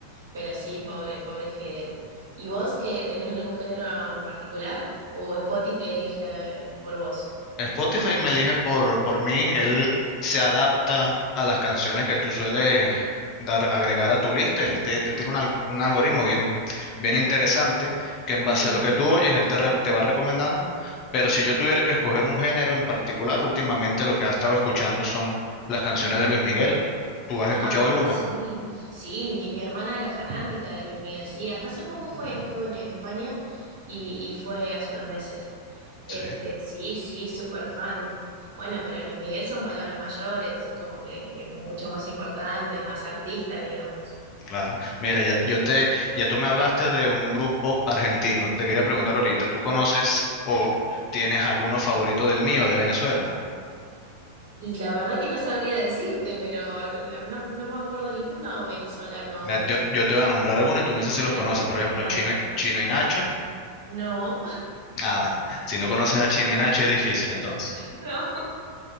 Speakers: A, on the right; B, on the left.
A: Pero sí, pobre, pobre Fidel. ¿Y vos que tenés algún género en particular? ¿O Spotty te elige eh, por vos?
B: Spotify me elige por, por mí, él se adapta a las canciones que tú sueles dar, agregar a tu lista, él, te- él tiene un, al- un algoritmo bien, bien interesante que en base
A: Sí.
B: a lo que tú oyes, él te, re- te va recomendando, pero si yo tuviera que escoger un género en particular, últimamente lo que ha estado escuchando son las canciones de Luis Miguel, ¿tú has escuchado
A: Ah,
B: alguna?
A: sí. Sí, mi, mi hermana era fanática de Luis Miguel. Sí, hasta hace poco fue, estuvo en, en España y, y fue hace unos meses. Este,
B: Sí.
A: sí, sí, súper fan. Bueno, pero Luis Miguel son palabras mayores, como que es mucho más importante, más artista, digamos.
B: Claro. Mira, ya, yo te, ya tú me hablaste de un grupo argentino. Te quería preguntar ahorita, ¿tú conoces o tienes alguno favorito del mío de Venezuela?
A: Y la verdad que no sabría decirte, pero la- no, no me acuerdo ninguno venezolano ahora.
B: Me- Yo, yo te voy a nombrar algunos y tú me dices
A: A
B: si los
A: ver,
B: conoces. Por ejemplo,
A: dale.
B: Chino, y- Chino y Nacho.
A: No,
B: Ah, bueno. Si no conoces a Chino y Nacho es difícil entonces.
A: <laughs> no.